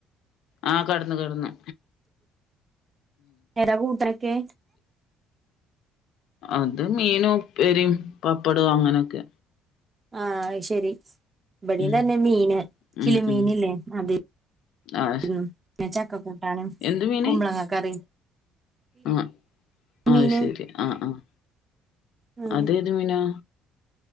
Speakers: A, on the left; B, on the right.
A: ആഹ് കെടന്നു കെടന്നു
B: ഏതാ കൂട്ടരൊക്കെ
A: അത് മീനും ഉപ്പേരിം പപ്പടോ അങ്ങനെക്കെ
B: ആഹ് അയ്ശെരി ഇവടേം
A: ഉം
B: തന്നെ മീന് കിളി
A: ഉം
B: മീനില്ലേ
A: ഉം
B: അത്
A: ആഹ്
B: ഞാന് ചക്ക കുട്ടാനും
A: എന്ത് മീന്
B: കുമ്പളങ്ങക്കറിം
A: ആഹ്
B: കിളിമീന്
A: അത് ശെരി ആഹ് ആഹ്
B: ഉം
A: അതേത് മീനാ?